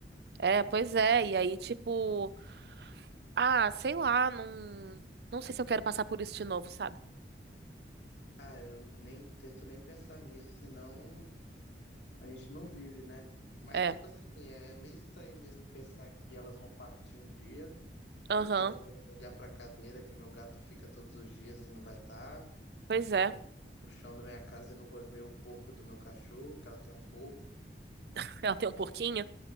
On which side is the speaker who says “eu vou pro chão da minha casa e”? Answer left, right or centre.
Left